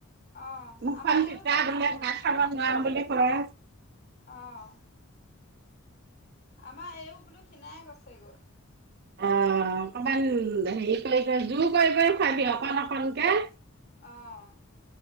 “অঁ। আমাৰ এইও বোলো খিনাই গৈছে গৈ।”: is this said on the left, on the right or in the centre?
Left